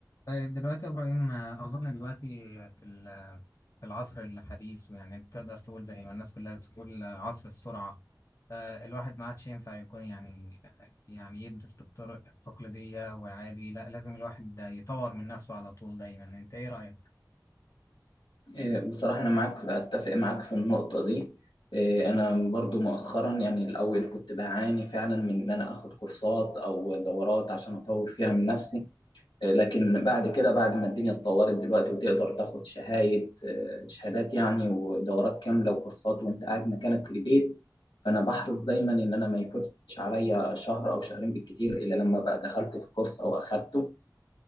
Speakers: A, on the left; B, on the left.
A: طيب دلوقتي يا إبراهيم آه، أظن دلوقتي في ال- في العصر الحديث يعني تقدر تقول زي ما الناس كلها بتقول آه، عصر السرعة آه، الواحد ما عادش ينفع يكون يعني آه، يعني يدرس بالطرق التقليدية وعادي لا لازم الواحد ده يطور من نفسه على طول دايما أنت إيه رأيك؟
B: إيه، بصراحة أنا معاك أتفق معاك في النقطة دي إيه، أنا برضو مؤخرا يعني الأول كنت بعاني فعلا من إن أنا آخد كورسات أو دورات عشان أطور فيها من نفسي إيه، لكن بعد كده بعد ما الدنيا اتطورت دلوقتي وتقدر تاخد شهايد آه، شهادات يعني ودورات كاملة وكورسات وأنت قاعد مكانك في البيت فأنا بحرص دايما إن أنا ما يفوتش عليا شهر أو شهرين بالكتير إلا لما بقى دخلت في كورس أو أخدته